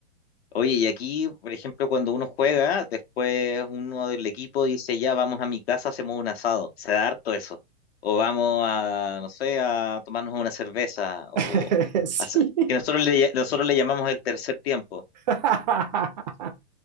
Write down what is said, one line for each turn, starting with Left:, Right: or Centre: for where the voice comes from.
Left: Oye, y aquí, por ejemplo, cuando uno juega, después uno del equipo dice, ya vamos a mi casa, hacemos un asado. Se da harto eso. O vamos a, no sé, a tomarnos una cerveza. O
Right: <laughs> Sí.
Left: hacer- que nosotros le, ll- nosotros le llamamos el tercer tiempo.
Right: <laughs>